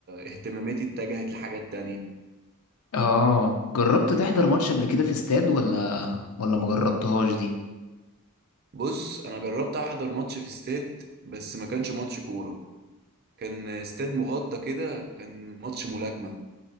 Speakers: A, on the right; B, on the left.
A: اهتماماتي اتجهت لحاجات تانية
B: اه جربت تحضر ماتش قبل كده في استاد ولا ولا ما جربتهاش دي
A: بص انا جربت احضر ماتش في استاد بس ما كانش ماتش كورة كان استاد مغطى كده كان ماتش ملاكمة